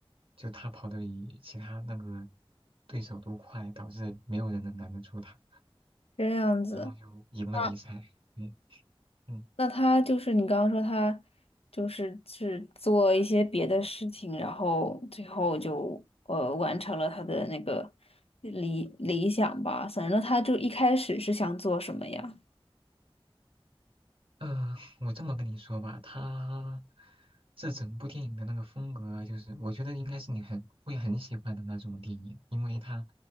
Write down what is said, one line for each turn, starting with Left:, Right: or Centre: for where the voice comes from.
Right: 就他跑得比其他那个对手都快，导致没有人能拦得住他，
Left: 这样子，
Right: 然后就赢了比赛。
Left: 那
Right: 嗯嗯。
Left: 那他就是你刚刚说他就是是做一些别的事情，然后最后就呃完成了他的那个理理想吧。反正他就一开始是想做什么呀？
Right: 呃，我这么跟你说吧，他这整部电影的那个风格，就是我觉得应该是你很会很喜欢的那种电影，因为它